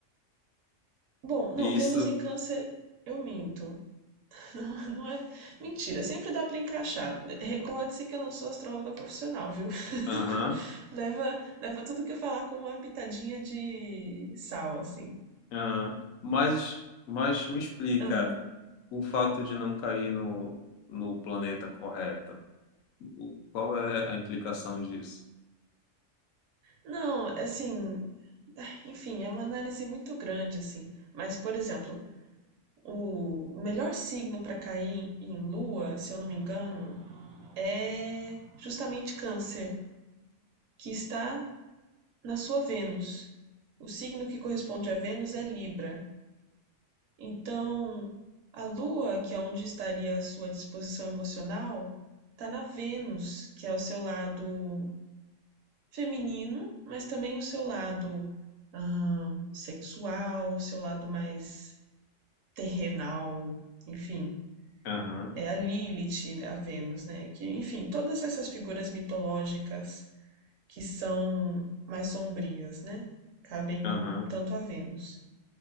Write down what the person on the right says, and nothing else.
Bom, não,
Vênus em Câncer, eu minto. <laughs> Não, não é. Mentira, sempre dá para encaixar. Recorde-se que eu não sou astróloga profissional, viu?
<laughs> leva, leva tudo que eu falar com uma pitadinha de sal, assim.
Ah,
não, assim. Enfim, é uma análise muito grande, assim. Mas, por exemplo, O melhor signo para cair em lua, se eu não me engano, é justamente Câncer, que está na sua Vênus. O signo que corresponde a Vênus é Libra. Então, a lua, que é onde estaria a sua disposição emocional, está na Vênus, que é o seu lado feminino, mas também o seu lado ah, sexual, o seu lado mais terrenal, enfim.
é a Lilith, né, a Vênus, né? Que, enfim, todas essas figuras mitológicas que são mais sombrias, né? Cabem
um, um tanto a Vênus.